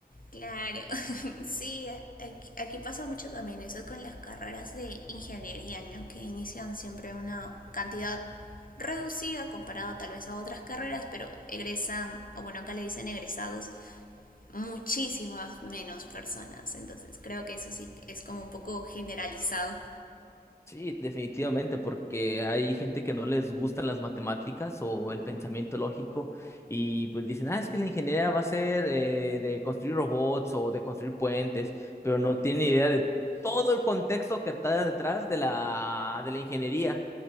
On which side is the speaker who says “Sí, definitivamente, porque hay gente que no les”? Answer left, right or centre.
Left